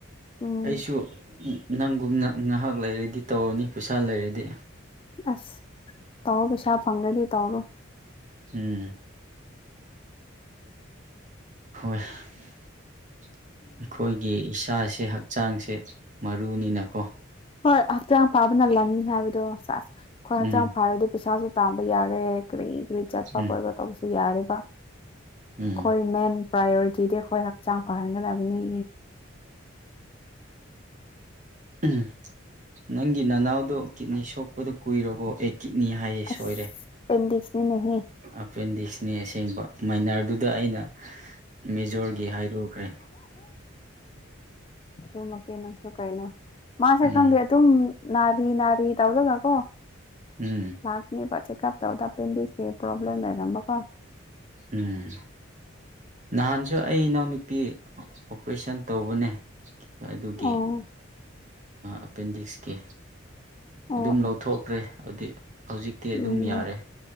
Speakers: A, on the left (about 25°); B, on the right (about 35°).
A: ꯎꯝ
B: ꯑꯩꯁꯨ ꯅꯪꯒꯨꯝꯅ ꯉꯥꯏꯍꯥꯛ ꯂꯩꯔꯗꯤ ꯇꯧꯔꯅꯤ ꯄꯩꯁꯥ ꯂꯩꯔꯗꯤ
A: ꯑꯁ ꯇꯥꯎꯕꯁ ꯐꯪꯒꯗꯤ ꯇꯥꯎꯕ
B: ꯎꯝ ꯍꯣꯏ ꯑꯩꯈꯣꯏꯒꯤ ꯏꯁꯥꯁꯦ ꯍꯛꯆꯥꯡꯁꯦ ꯃꯔꯨꯅꯤꯅꯀꯣ
A: ꯍꯣꯏ ꯍꯛꯆꯥꯡ ꯐꯕꯅꯜꯂꯝꯅꯤ ꯍꯥꯏꯕꯗꯣ ꯆ ꯑꯩꯈꯣꯏ ꯍꯛꯆꯥꯡ
B: ꯎꯝ
A: ꯐꯥꯔꯗꯤ ꯄꯩꯁꯥꯁꯨ ꯇꯥꯕ ꯌꯥꯔꯦ ꯀꯔꯤ ꯀꯔꯤ ꯆꯠꯄ
B: ꯎꯝ
A: ꯈꯣꯠꯄ ꯇꯧꯕꯁꯨ ꯌꯥꯔꯦꯕ ꯑꯩꯈꯣꯏ
B: ꯎꯝ
A: ꯃꯦꯟ ꯄ꯭ꯔꯥꯏꯌꯣꯔꯤꯇꯤꯗꯤ ꯑꯩꯈꯣꯏ ꯍꯛꯆꯥꯡ ꯐꯍꯟꯒꯗꯕꯅꯤ
B: ꯎꯝꯝ ꯅꯪꯒꯤ ꯅꯅꯥꯎꯗꯣ ꯀꯤꯠꯅꯤ ꯁꯣꯛꯄꯗ ꯀꯨꯏꯔꯕꯣ ꯑꯩ ꯀꯤꯠꯅꯤ ꯍꯥꯏꯁꯦ
A: ꯑꯁ
B: ꯁꯣꯏꯔꯦ
A: ꯑꯦꯄꯦꯟꯗꯤꯛꯁꯅꯤꯅꯦꯍꯦ
B: ꯑꯦꯄꯦꯟꯗꯤꯛꯁꯅꯤ ꯑꯁꯦꯡꯕ ꯃꯥꯏꯅꯔꯗꯨꯗ ꯑꯩꯅ ꯃꯤꯖꯣꯔꯒꯤ ꯍꯥꯏꯔꯨꯈ꯭ꯔꯦ
A: ꯑꯗꯨꯃꯛꯇꯤ ꯅꯪꯁꯨ ꯀꯩꯅꯣ ꯃꯥꯁꯦ
B: ꯎꯝ
A: ꯈꯪꯗꯦ ꯑꯗꯨꯝ ꯅꯔꯤ ꯅꯔꯤ ꯇꯧꯂꯣ ꯉꯒꯣ
B: ꯎꯝ
A: ꯂꯥꯥꯁꯅꯩ ꯄꯔꯆꯦ ꯀꯞ ꯇꯧꯗꯄꯕꯤꯁꯀꯤ ꯄ꯭ꯔꯣꯕ꯭ꯂꯦꯝ ꯂꯩꯔꯝꯃꯀꯣ
B: ꯎꯝ ꯅꯍꯥꯟꯁꯨ ꯑꯩ ꯏꯅꯥꯎꯅꯨꯄꯤ ꯑꯣꯄꯔꯦꯁꯟ ꯇꯧꯕꯅꯦ ꯑꯗꯨꯒꯤ
A: ꯑꯣ
B: ꯑꯦꯄꯦꯟꯗꯤꯛꯁꯀꯤ
A: ꯑꯣ
B: ꯑꯗꯨꯝ ꯂꯧꯊꯣꯛꯈ꯭ꯔꯦ ꯍꯥꯏꯕꯗꯤ ꯍꯧꯖꯤꯛꯇꯤ ꯑꯗꯨꯝ
A: ꯎꯝ
B: ꯌꯥꯔꯦ